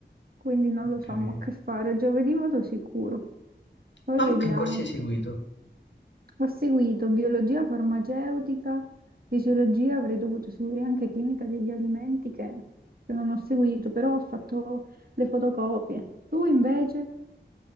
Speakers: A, on the right; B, on the left.
A: quindi non
B: Ho
A: lo so,
B: capito.
A: ma che fare, giovedì vado sicuro. Poi
B: Ma
A: vediamo.
B: mo che corsi hai seguito?
A: Ho seguito biologia farmaceutica, fisiologia, avrei dovuto seguire anche chimica degli alimenti che, che non ho seguito, però ho fatto le fotocopie. Tu invece?